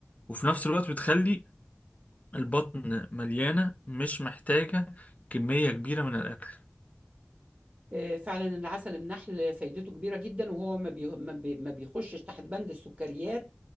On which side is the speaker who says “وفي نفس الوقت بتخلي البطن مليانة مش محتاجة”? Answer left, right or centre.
Left